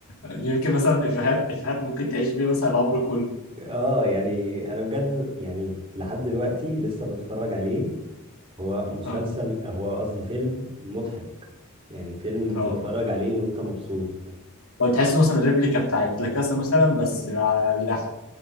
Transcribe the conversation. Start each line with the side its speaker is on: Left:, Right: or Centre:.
Left: يمكن مثلا افيهات افيهات ممكن تعيش بيها مثلا العمر كله
Right: اه يعني انا بجد يعني لحد دلوقتي لسه بتفرج عليه هو مسلسل
Left: اه
Right: هو قصدي فيلم مضحك يعني فيلم تتفرج
Left: اه
Right: عليه وانت مبسوط
Left: هو تحس مثلا الريبليكا بتاعت لاكاسا مثلا بس على- بيضحك